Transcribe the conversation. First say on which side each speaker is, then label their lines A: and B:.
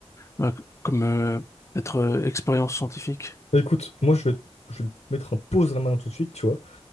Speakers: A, on the left; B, on the left.
A: voilà, c- comme euh, être euh, expérience scientifique.
B: Bah, Écoute, moi je vais, je vais te mettre un pause à la main tout de suite, tu vois.